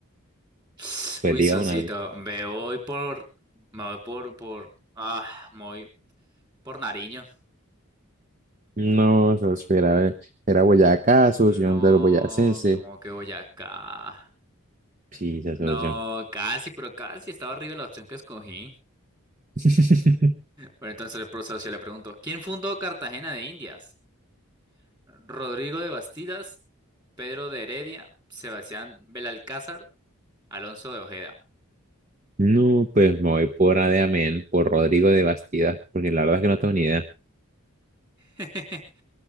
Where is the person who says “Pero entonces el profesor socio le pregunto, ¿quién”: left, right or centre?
Right